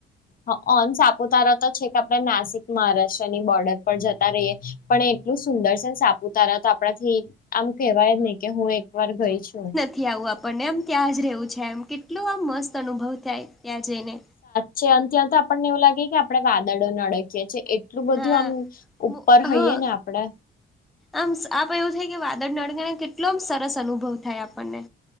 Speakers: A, on the left; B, in the centre.
A: હ અ અન સાપુતારા તો છેક આપણે નાસિક મહારાષ્ટ્રની બોર્ડર પર જતા રહીએ. પણ એટલું સુંદર છેને સાપુતારા તો આપણાથી આમ કહેવાય નહી કે હું એક વાર ગઈ છું
B: થી આવું આપણને એમ ત્યાં જ રહેવું છે એમ કેટલો આમ મસ્ત અનુભવ થાય ત્યાં જઈને
A: છે આમ ત્યાતો આપણને એવું લાગે કે આપણે વાદળો અડકીએ છીએ એટલું બધું
B: હા
A: આમ ઉપર હઈએે
B: હા
A: ને આપડે
B: આમ આપ એવું થાય કે વાદળ અળગને કેટલો સરસ અનુભવ થાય આપણને